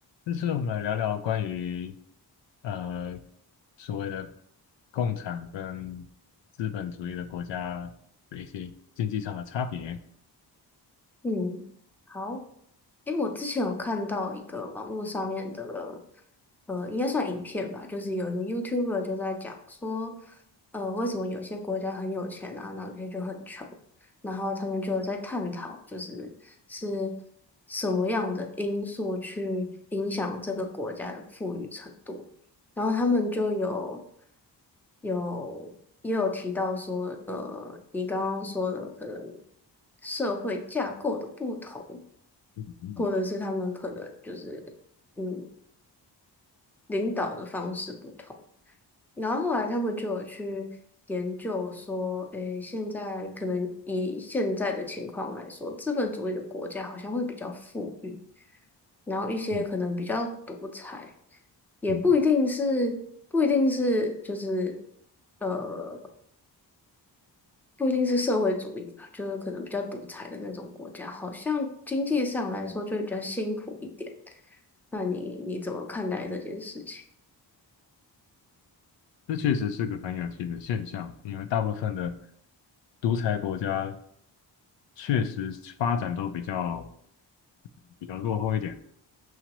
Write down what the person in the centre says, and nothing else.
嗯，好，诶，我之前有看到一个网络上面的，呃，应该算影片吧，就是有一个 YouTuber 就在讲说，呃，为什么有些国家很有钱啊，然后有些就很穷，然后他们就在探讨，就是是什么样的因素去影响这个国家的富裕程度，然后他们就有有也有提到说，呃，你刚刚说的可能社会架构的不同。
或者是他们可能就是嗯领导的方式不同。然后后来他们就有去研究说，诶，现在可能以现在的情况来说，资本主义的国家好像会比较富裕，然后一些可能比较独裁，
也不一定是不一定是就是。
呃。不一定是社会主义啦，就是可能比较独裁的那种国家，好像经济上来说就比较辛苦一点。那你你怎么看待这件事情？